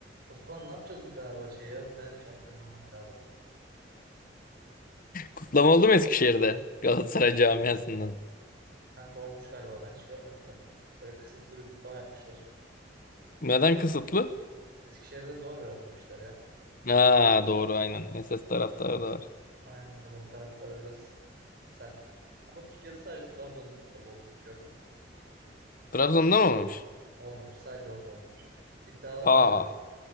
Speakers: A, on the right; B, on the left.
A: Osman ne yapacağız bu Fenerbahçe'ye ya? Bu sene de şampiyon olmak lazım.
B: Kutlama oldu mu Eskişehir'de Galatasaray camiasından?
A: Kanka olmuş galiba. Ben hiç görmedim de. Öyle kısıtlı bir kutlama yapmışlar.
B: Neden kısıtlı?
A: Eskişehir'de zor biraz bu işler ya.
B: Ha doğru aynen. SS taraftarı da var.
A: Aynen buranın taraftarı biraz sert. Ama Türkiye'de sadece Trabzon'da kutlama olmamış gördün mü?
B: Trabzon'da mı olmuş?
A: Olmamış. Sadece orada olmamış. İddialarına
B: Aa,
A: göre.